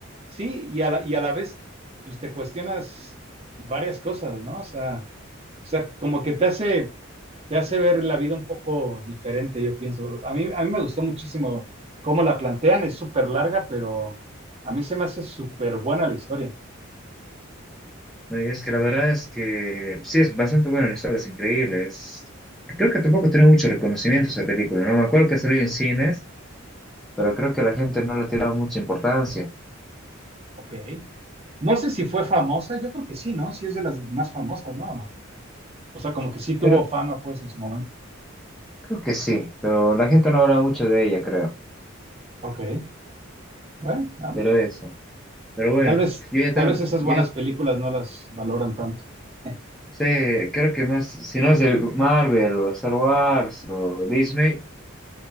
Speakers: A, on the right (about 30°); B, in the centre.
A: Sí, y a la, y a la vez, pues te cuestionas varias cosas, ¿no? O sea, o sea, como que te hace, te hace ver la vida un poco diferente, yo pienso. A mí, a mí me gustó muchísimo cómo la plantean, es súper larga, pero a mí se me hace súper buena la historia.
B: No, y es que la verdad es que sí, es bastante buena la historia, es increíble. es- Creo que tampoco tiene mucho reconocimiento esa película, ¿no? Me acuerdo que salió en cines, pero creo que la gente no le tiraba mucha importancia.
A: Ok. No sé si fue famosa, yo creo que sí, ¿no? Sí es de las más famosas, ¿no? ¿O no? O sea, como que sí tuvo
B: Creo,
A: fama, pues, en su momento.
B: Creo que sí, pero la gente no habla mucho de ella, creo.
A: Ok. Bueno, ah,
B: Pero eso. Pero bueno,
A: tal vez,
B: yo ya,
A: tal
B: tam-
A: vez esas
B: yo
A: buenas
B: ya
A: películas no las valoran tanto. <laughs>
B: sé, creo que más, si no es de Marvel o Star Wars o Disney,